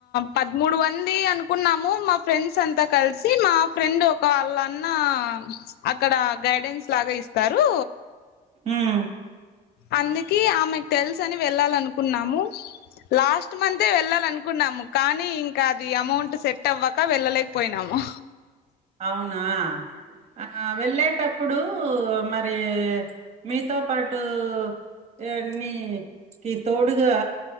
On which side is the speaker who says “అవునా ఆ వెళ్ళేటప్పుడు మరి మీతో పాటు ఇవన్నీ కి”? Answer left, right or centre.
Right